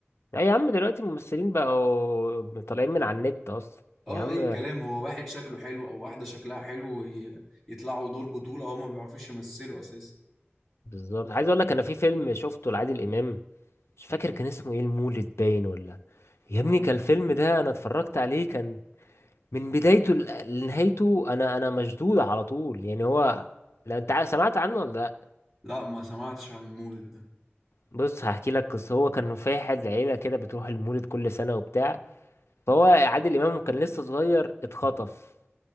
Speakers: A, on the left (about 80°); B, in the centre.
A: لا يا عم دلوقتي الممثلين بقوا طالعين من على النت اصلا
B: اه
A: يا عم
B: اي كلام هو واحد شكله حلو او واحدة شكلها حلو ي- يطلعوا دور بطولة هو ما بيعرفوش يمثلوا اساسا
A: بالظبط عايز اقول لك انا في فيلم شفته لعادل امام مش فاكر كان اسمه ايه المولد باين ولا يا
B: اه
A: ابني كان الفيلم ده انا اتفرجت عليه كان من بدايته ل- لنهايته انا انا مشدود على طول يعني هو لو انت عا- سمعت عنه ولا لا
B: لا ما سمعتش عن المولد ده
A: بص هحكي لك قصة هو كان فاحل عيلة كده بتروح المولد كل سنة وبتاع فهو عادل امام كان لسه صغير اتخطف